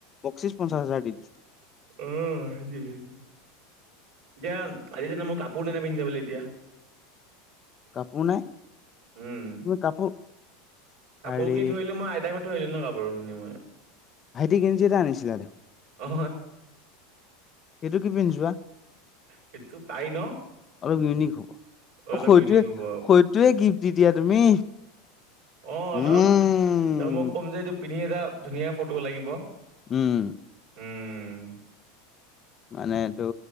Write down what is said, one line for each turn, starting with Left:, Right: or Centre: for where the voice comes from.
Left: বক্চিচ পঞ্চাছহাজাৰ দি দিছোঁ।
Right: অ', হেইটি হেইটি। এতিয়া আজি যোননা মোৰ কাপোৰ ন ননা পিন্ধিব বোলে এতিয়া।
Left: কাপোৰ নাই? তুমি
Right: উম
Left: কাপোৰ
Right: কাপোৰ
Left: আৰে
Right: খিনি থৰিলো মইতাক ঘৰত থৈ আহলো ন কাপোৰখিনি মই
Left: ভাইটি গেঞজি এটা আনিছিলা দেখোন।
Right: অ,
Left: সেইটো কি পিন্ধছোৱা
Right: সেইটো পাই ন।
Left: অলপ ইউনিক হ'ব
Right: অলপ
Left: অ সৈটোৱে
Right: ইউনিক হ'ব
Left: সৈটোৱে গিফ্ট দি দিয়া তুমি
Right: অ
Left: উম।
Right: ন ত মই ক'ম যে এইটো পিন্ধি এটা ধুনীয়া ফটো লাগিব।
Left: উম,
Right: উম,
Left: মানেটো